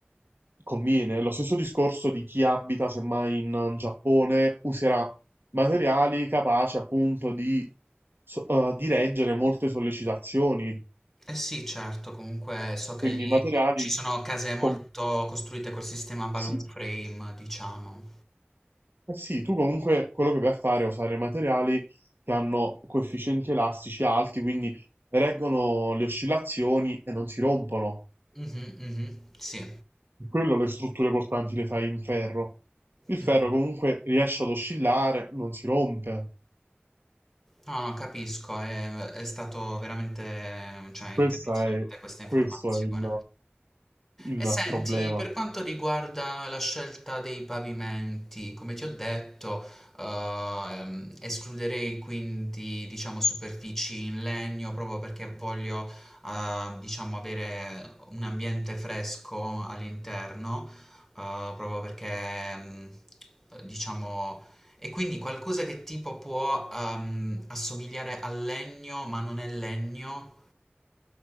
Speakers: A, on the right (about 60°); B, in the centre.
A: conviene. Lo stesso discorso di chi abita semmai in Giappone userà materiali capaci appunto di, so- eh, di reggere molte sollecitazioni,
B: Eh sì, certo, comunque so che
A: quindi
B: lì
A: materiali
B: ci sono case molto
A: con,
B: costruite col sistema balloon
A: sì,
B: frame, diciamo.
A: Eh Sì, tu comunque quello che vai a fare è usare materiali che hanno coefficienti elastici alti, quindi reggono le oscillazioni e non si rompono.
B: Mh-mh, mh-mh, sì.
A: Per Quello le strutture portanti le fai in ferro. Il ferro
B: Mh-mh.
A: comunque riesce ad oscillare, non si rompe.
B: No, no, capisco, è è stato veramente, cioè,
A: Questa
B: interessante
A: è-
B: questa
A: questo
B: informazione.
A: è il il
B: E senti,
A: problema.
B: per quanto riguarda la scelta dei pavimenti, come ti ho detto, eh, ehm, escluderei quindi, diciamo, superfici in legno proprio perché voglio, eh, diciamo, avere un ambiente fresco all'interno, eh, proprio perché, mm, diciamo, e quindi qualcosa che tipo può, ehm, assomigliare al legno, ma non è legno.